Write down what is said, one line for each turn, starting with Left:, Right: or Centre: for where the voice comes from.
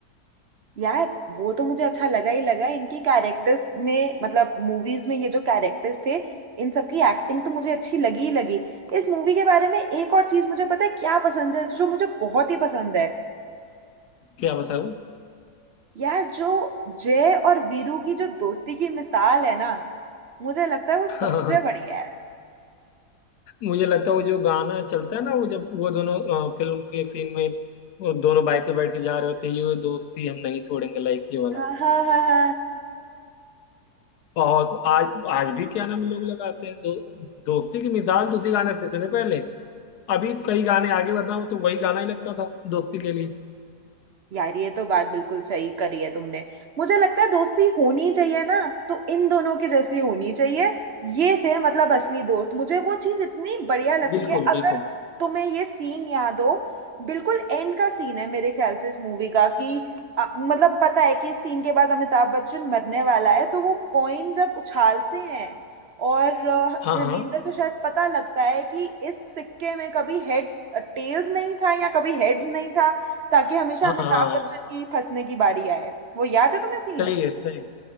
Right: यार वो तो मुझे अच्छा लगा ही लगा इनकी कैरेक्टर्स में मतलब मूवीज में ये जो कैरेक्टर्स थे इन सब की एक्टिंग तो मुझे अच्छी लगी ही लगी इस मूवी के बारे में एक और चीज मुझे पता है क्या पसंद है जो मुझे बहुत ही पसंद है
Left: क्या बताऊं
Right: यार जो जय और वीरू की जो दोस्ती की मिसाल है ना मुझे लगता है वो सबसे
Left: <laughs>
Right: बढ़िया है
Left: मुझे लगता है वो जो गाना चलता है ना वो जब वो दोनों अ, फिल्म के सीन में वो दोनों बाइक पे बैठ के जा रहे होते हैं ये दोस्ती हम नहीं तोड़ेंगे लाइक ये वाला
Right: हाँ हाँ हाँ हाँ
Left: बहुत आज आज भी क्या नाम लोग लगाते हैं दो दोस्ती की मिसाल तो उसी गाने से देते थे पहले अभी कई गाने आगे वरना वो तो वही गाना ही लगता था दोस्ती के लिए
Right: यार ये तो बात बिल्कुल सही करी है तुमने मुझे लगता है दोस्ती होनी चाहिए ना तो इन दोनों के जैसी होनी चाहिए ये थे मतलब असली दोस्त मुझे वो चीज इतनी बढ़िया लगती
Left: बिल्कुल
Right: है अगर
Left: बिल्कुल
Right: तुम्हें ये सीन याद हो बिल्कुल एंड का सीन है मेरे ख्याल से इस मूवी का कि अ, मतलब पता है कि इस सीन के बाद अमिताभ बच्चन मरने वाला है तो वो कॉइन जब उछालते हैं और अ,
Left: हाँ
Right: धर्मेंद्र
Left: हाँ
Right: को शायद पता लगता है कि इस सिक्के में कभी हेड्स टेल्स नहीं था या कभी हेड्स नहीं था ताकि हमेशा
Left: हाँ
Right: अमिताभ
Left: हाँ हाँ
Right: बच्चन की फंसने की बारी आए वो याद है तुम्हें सीन
Left: सही है सही